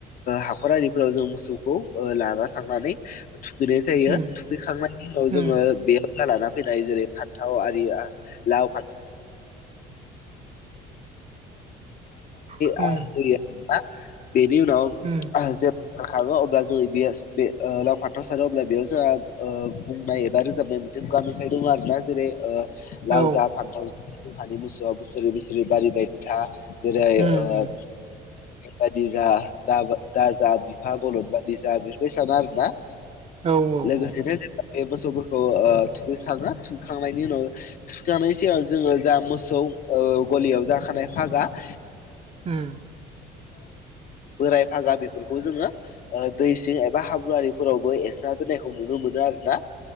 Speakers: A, on the left (about 55°); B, on the right (about 35°).
A: हाखर आरिफोराव जों मोसौखौ लाना थांनानै थुखैनाय जायो।
B: उम
A: थुखैखांनायनि उनाव जोङो
B: उम
A: बे बा लाना फैनाय जेरै फान्थाव आरि लाव
B: <inaudible>
A: होयो बेनि उनाव
B: उम
A: जे बोखाङो अब्ला जो <unintelligible> लाव फाथाव सारो अब्ला बेयाव जोंहा ओ बुंनाय एबा रोजाबनाय मोनसे खुगा मेथाइ दङ आरो ना जेरै लाव
B: औ
A: जा फान्थाव गोखानि मोसौआ बोसोरै बोसोरै बारिबाया था जेरै
B: उम
A: ओ
B: उम
A: बादि जा दा जा बिफा बलद बादि जा बेफोरबायदि साना आरोना
B: औ औ
A: लोगोसेनो
B: औ
A: जों बे मोसौफोरखौ ओ थुखैखाङो थुखखांनायनि उनाव थुखैखांनाय सिगां जोङो जा मोसौ ओ गलियाव जाखानाय फागा <inaudible>
B: उम
A: बोराय फागा बेफोरखौ जोङो दै सिं एबा हाब्रुवरिफोरावबो एसे होनायखौ नुनो मोनो आरोना